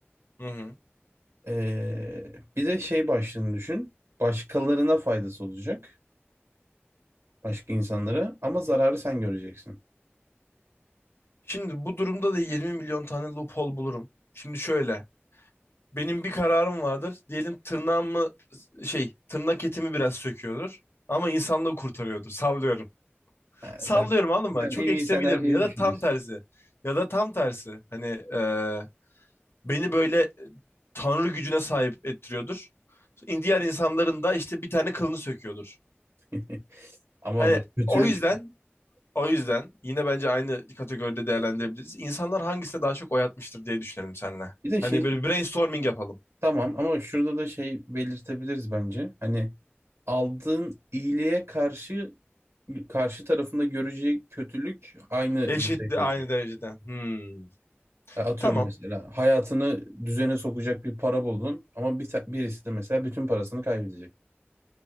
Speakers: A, on the left; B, on the right.
A: Hı hı.
B: Ee, bir de şey başlığını düşün. Başkalarına faydası olacak. Başka insanlara ama
A: hı
B: zararı
A: hı.
B: sen göreceksin.
A: Şimdi bu durumda da 20 milyon tane loophole bulurum. Şimdi şöyle. Benim bir kararım vardır. Diyelim tırnağımı şey tırnak etimi biraz söküyordur. Ama insanlığı kurtarıyordur. Sallıyorum. <laughs>
B: Ha,
A: Sallıyorum
B: sen
A: anladın
B: sen
A: mı? Çok
B: en
A: ekstreme
B: iyi senaryoyu
A: giderim. Ya
B: düşünüyorsun.
A: da tam tersi. Ya da tam tersi. Hani eee, beni böyle e, tanrı gücüne sahip ettiriyordur. İn- Diğer insanların da işte bir tane kılını söküyordur.
B: <laughs> Ama
A: Hani
B: o da kötülük.
A: o yüzden o yüzden yine bence aynı kategoride değerlendirebiliriz. İnsanlar hangisine daha çok oy atmıştır diye düşünelim seninle.
B: Bir de şey
A: Hani böyle bir brainstorming yapalım.
B: Tamam ama şurada da şey belirtebiliriz bence. Hani aldığın iyiliğe karşı karşı tarafında göreceği kötülük aynı
A: Eşit
B: düzeyde
A: de
B: olacak.
A: aynı derecede. Hmm.
B: E, Atıyorum
A: Tamam.
B: mesela hayatını düzene sokacak bir para buldun ama bir ta- birisi de mesela bütün parasını kaybedecek.